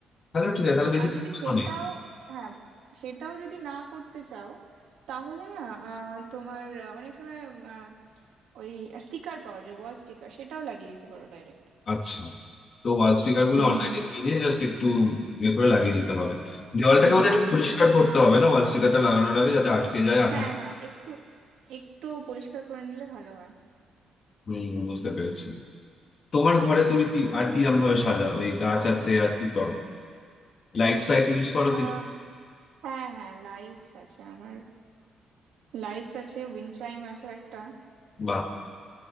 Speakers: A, on the left (about 45°); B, on the right (about 80°).
A: তাহলে ঠিক আছে তাহলে বেশি
B: আর যদি
A: খরচাও
B: সেটাও
A: নেই
B: হ্যাঁ সেটাও যদি না করতে চাও তাহলে না আহ, তোমার আহ, অনেক সময় আহ, ওই স্টিকার পাওয়া যায় ওয়াল স্টিকার সেটাও লাগিয়ে দিতে পারো ডাইরেক্ট
A: আচ্ছা তো ওয়াল স্টিকার গুলো
B: হুম
A: অনলাইনে কিনে জাস্ট একটু ইয়ে করে লাগিয়ে দিতে হবে দেওয়ালটাকে বোধহয়
B: লাগিয়ে
A: একটু পরিষ্কার
B: দেবো
A: করতে হবে না ওয়াল স্টিকারটা লাগানোর আগে যাতে আটকে যায় আঠা
B: হ্যাঁ হ্যাঁ একটু একটু পরিষ্কার করে নিলে ভালো হয়
A: হম বুঝতে পেরেছি তোমার ঘরে তুমি কি আর কিরম ভাবে সাজাও এই গাছ আছে আর কি করো লাইটস ফাইট ইউজ করো
B: আহ,
A: কিছু
B: হ্যাঁ হ্যাঁ লাইটস আছে আমার লাইটস আছে উইন্ড চাইম আছে একটা
A: বা